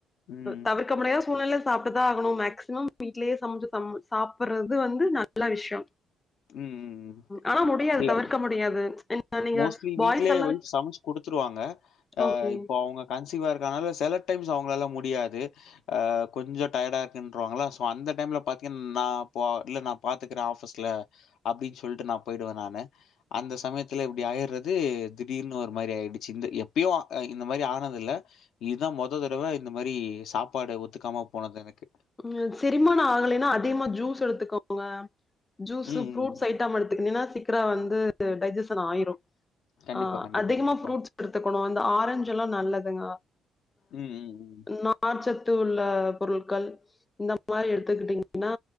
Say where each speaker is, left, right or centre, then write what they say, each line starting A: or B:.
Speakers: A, on the left; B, on the left.
A: ம்.
B: தவிர் க்க முடியாத சூழ்நெல சாப்ட்டுதா ஆகணு மேக்சிமம் வீட்லயே சமச்சு சம் சாப்புட்றது வந்து ந ல்ல விஷ்யோ
A: ம், ம்.
B: ஆனா முடியாது
A: இல்ல
B: தவிர்க்க முடியாது என்ன நீங்க
A: மோஸ்ட்லி
B: பாய்ஸ்
A: வீட்லயே
B: எல்லா
A: ஒய்ஃப் சமச்சு குடுத்துருவாங்க ஆ
B: ஓகே
A: இப்போ அவுங்க கன்சிவா இருக்கறனால சில டைம்ஸ் அவுங்களால முடியாது அ கொஞ்சொ டயர்டா இருக்குன்ருவாங்களா. சோ அந்த டைம்ல பாத்தீங் நா ப இல்ல நா பாத்துக்குற ஆஃபீஸ்ல அப்டின் சொல்ட்டு நா போயிடுவே நானு. அந்த சமய த்துல இப்டி ஆயிற்றது திடீர்னு ஒரு மாரி ஆயிடுச்சு. இந்த எப்பியு இந்த மாரி ஆனது இல்ல. இதா மொத தடவ இந்த மாரி சாப்பாடு ஒத்துக்காம போனது எனக்கு.
B: ம் செரிமானோ ஆகலின்னா அதிகமா ஜூஸ் எடுத்துக்கோங்க. ஜூஸ்சு
A: ம்,
B: ஃப்ரூட்ஸ்
A: ம்.
B: ஐட்டம் எடுத்துக்கெனினா சீக்கிர வந்து டைஜசன் ஆயிரு
A: கண்டிப்பா,
B: ஆ
A: கண்டிப்பா,
B: அதிகமா
A: கண்டிப்பா.
B: ஃப்ரூட்ஸ் எடுத்துக்கொணு. இந்த ஆரஞ்ச் எல்லா நல்லதுங்க
A: ம் ம் ம்
B: நார் சத்து உள்ள பொருள்கள் இந்த மாரி எடுத்துக்கிட்டீங்கன்னா